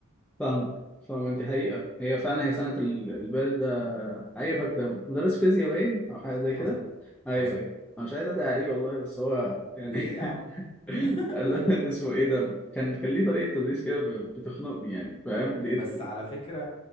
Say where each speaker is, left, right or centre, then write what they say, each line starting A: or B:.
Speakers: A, in the centre; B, on the left (about 25°).
A: فاهمك فاهمك دي حقيقه هي فعلا هي سنه ال- البارد ده ايوه فاكر مدرس فيزياء باين او حاجه زي
B: حصل
A: كده ايوه
B: حصل
A: ايوه انا مش عايز ادعي عليه والله بس هو يعني
B: ليه يا عم
A: <laughs>
B: <laughs>
A: قال- اسمه ايه ده كان كان ليه طريقه تدريس كده ب- بتخنقني يعني فاهم لقيت
B: بس على فكره